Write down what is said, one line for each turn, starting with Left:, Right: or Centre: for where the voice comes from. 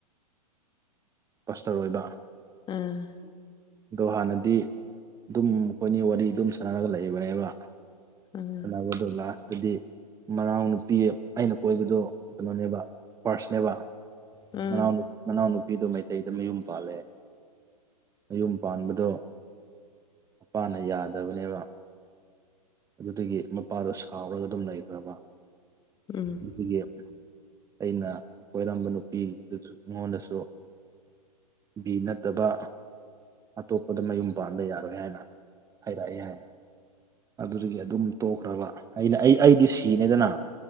Right: ꯄꯁꯇꯔ ꯑꯣꯏꯕ
Left: ꯎꯝ
Right: ꯑꯗꯣ ꯍꯥꯟꯅꯗꯤ ꯑꯗꯨꯝ ꯑꯩꯈꯣꯏꯅꯤ ꯋꯥꯔꯤ ꯑꯗꯨꯝ ꯁꯥꯟꯅꯔꯒ ꯂꯩꯏꯕꯅꯦꯕ
Left: ꯎꯝ
Right: ꯇꯕꯗꯣ ꯂꯥꯁꯇꯗꯤ ꯃꯅꯥꯎ ꯅꯨꯄꯤ ꯑꯩꯅ ꯀꯣꯏꯕꯗꯣ ꯀꯩꯅꯣꯅꯦꯕ ꯄꯥꯔꯁꯅꯦꯕ
Left: ꯑ
Right: ꯃꯅꯥꯎ ꯃꯅꯥꯎꯅꯨꯄꯤꯗꯣ ꯃꯩꯇꯩꯗ ꯃꯌꯨꯝ ꯄꯥꯜꯂꯦ꯫ ꯃꯌꯨꯝ ꯄꯥꯟꯕꯗꯣ ꯃꯄꯥꯅ ꯌꯥꯗꯕꯅꯦꯕ꯫ ꯑꯗꯨꯗꯒꯤ ꯃꯄꯥꯗꯣ ꯁꯥꯎꯔꯒ ꯑꯗꯨꯝ ꯂꯩꯈ꯭ꯔꯕ
Left: ꯎꯝ
Right: ꯑꯗꯒꯤ ꯑꯩꯅ ꯀꯣꯏꯔꯝꯕ ꯅꯨꯄꯤꯗꯨꯁꯨ ꯑꯩꯉꯣꯟꯗꯁꯨ ꯕꯤ ꯅꯠꯇꯕ ꯑꯇꯣꯞꯄꯗ ꯃꯌꯨꯝ ꯄꯥꯟꯕ ꯌꯥꯔꯣꯏ ꯍꯥꯏꯅ ꯍꯥꯏꯔꯛꯑꯦ ꯍꯥꯏ ꯑꯗꯨꯗꯨꯒꯤ ꯑꯗꯨꯝ ꯇꯣꯛꯈ꯭ꯔꯕ ꯑꯩꯅ ꯑꯩ ꯑꯩꯗꯤ ꯁꯤꯅꯦꯗꯅ